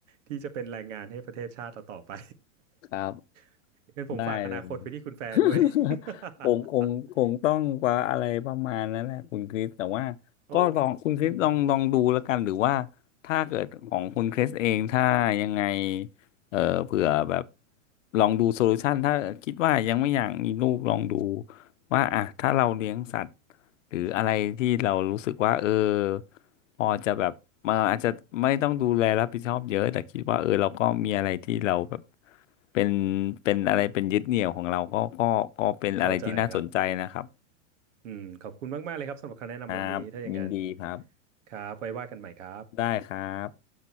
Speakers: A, on the right; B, on the left.
A: ที่จะเป็นแรงงานให้ประเทศชาติเราต่อไป
B: ครับ
A: <laughs> งั้นผมฝากอนาคตไปที่คุณแฟร์ด้วย
B: ได้เลย <laughs>
A: <laughs>
B: ผมคงคงต้องว่าอะไรประมาณนั้นแหละคุณคริส แต่ว่าก็ลองคุณคริสลองลองดูแล้วกันหรือว่า
A: โอ้อืม
B: ถ้าเกิดของคุณคริสเองถ้ายังไงเออเผื่อแบบลองดูโซลูชันถ้าคิดว่ายังไม่อยากมีลูกลองดู ว่าอ่ะถ้าเราเลี้ยงสัตว์หรืออะไรที่เรารู้สึกว่าเออพอจะแบบมาอาจจะไม่ต้องดูแลรับผิดชอบเยอะแต่คิดว่าเออเราก็มีอะไรที่เราแบบเป็นเป็นอะไรเป็นยึดเหนี่ยวของเราก็ก็ก็เป็นอะไรที่น่าสนใจนะครับ
A: เข้าใจครับอืมขอบคุณมากๆเลยครับสำหรับคำแนะนำวันนี้ถ้าอย่างนั้น
B: ครับยินดีครับ
A: ครับไว้ว่ากันใหม่ครับ
B: ได้ครับ